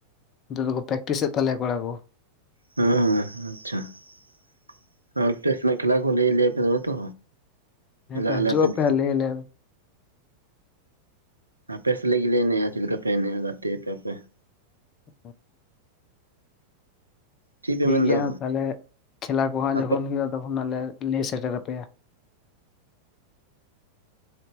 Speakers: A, on the left; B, on the right.
A: ᱱᱤᱛᱚᱜ ᱫᱚᱠᱚ ᱯᱨᱮᱠᱴᱤᱥ ᱮᱫ ᱛᱟᱞᱮᱭᱟ ᱠᱚᱲᱟ ᱠᱚ᱾
B: ᱦᱩᱸ ᱦᱩᱸ ᱦᱩᱸ, ᱟᱪᱪᱷᱟ ᱾ ᱟᱯᱮ ᱥᱮᱱᱟᱜ ᱠᱷᱮᱞᱟ ᱠᱚ ᱞᱟᱹᱭ ᱟᱞᱮᱭᱟᱯᱮ ᱛᱚᱵᱮ ᱛᱚ,
A: ᱦᱮᱸ
B: ᱦᱮᱞᱟᱜ
A: ᱛᱚ
B: ᱟᱞᱮ
A: ᱦᱤᱡᱩᱜ
B: ᱟᱯᱮ ᱫᱤᱥᱚᱢ
A: ᱞᱟᱹᱭ
B: ᱾
A: ᱟᱞᱮ
B: ᱟᱯᱮ ᱥᱟᱞᱮᱜ ᱜᱮᱞᱮ ᱮᱱᱮᱡᱼᱟ ᱪᱮᱫ ᱞᱮᱠᱟᱯᱮ ᱮᱱᱮᱡᱼᱟ ᱜᱟᱛᱮᱜ ᱟᱯᱮ ᱟᱯᱮ ᱾
A: <unintelligible>
B: ᱪᱮᱫ ᱯᱮ
A: ᱴᱷᱤᱠ
B: ᱢᱮᱱ ᱫᱟ
A: ᱜᱮᱭᱟ ᱛᱟᱦᱚᱞᱮ ᱠᱷᱮᱞᱟ ᱠᱚ ᱦᱟᱸᱜ
B: ᱟᱯᱮ
A: ᱡᱚᱠᱷᱚᱱ ᱦᱩᱭᱩᱜᱼᱟ ᱛᱚᱠᱷᱚᱱ ᱦᱟᱸᱜ ᱞᱮ ᱞᱟᱹᱭ ᱥᱮᱴᱮᱨ ᱟᱯᱮᱭᱟ ᱾